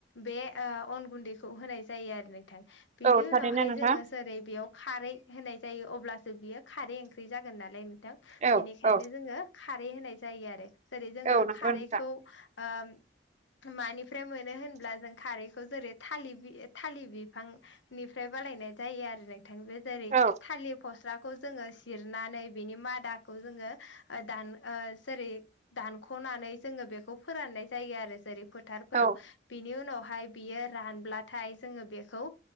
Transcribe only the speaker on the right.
औ थारैनो
नोंथां
औ
औ
औ नंगौ
नोंथां
औ
औ